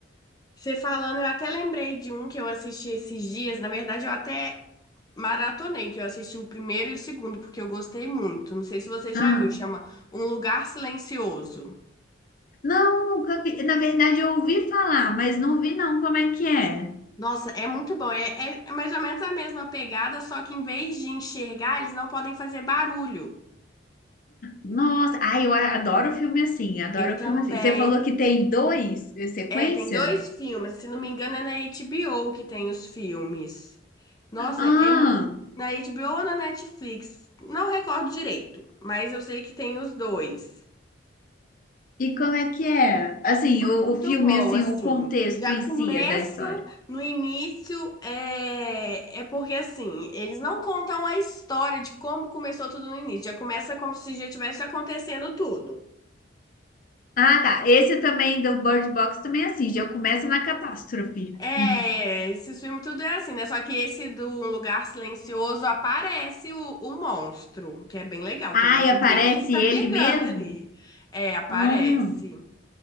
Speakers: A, on the left; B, on the left.
A: Você falando, eu até lembrei de um que eu assisti esses dias. Na verdade, eu até maratonei, que eu assisti o primeiro e o segundo, porque eu gostei muito. Não sei se você já
B: Ah,
A: viu, chama Um Lugar Silencioso.
B: não, nunca vi. Na verdade, eu ouvi falar, mas não vi não como é que é.
A: Nossa, é muito bom. É, é mais ou menos a mesma pegada, só que em vez de enxergar, eles não podem fazer barulho.
B: Nossa, ai, eu a- adoro filme assim, adoro
A: Eu também.
B: filme assim. Você falou que tem dois eh, sequência?
A: É, tem dois filmes, se não me engano é na HBO que tem os filmes. Nossa,
B: Ah,
A: é mu- na HBO ou na Netflix? Não recordo direito, mas eu sei que tem os dois.
B: e como é que é? Assim, o,
A: Muito
B: o filme,
A: bom,
B: assim,
A: assim.
B: o contexto
A: Já
B: em si
A: começa
B: é da história.
A: no início, é, é porque assim, eles não contam a história de como começou tudo no início. Já começa como se já tivesse acontecendo tudo.
B: Ah, tá. Esse também do Bird Box também é assim, já começa na catástrofe.
A: É,
B: Uhum.
A: esses filmes tudo é assim, né? Só que esse do Um Lugar Silencioso aparece o, o monstro, que é bem legal,
B: Ai,
A: que eu gosto
B: aparece
A: de ver quem que tá
B: ele
A: pegando
B: mesmo?
A: ali. É, aparece.
B: Hum,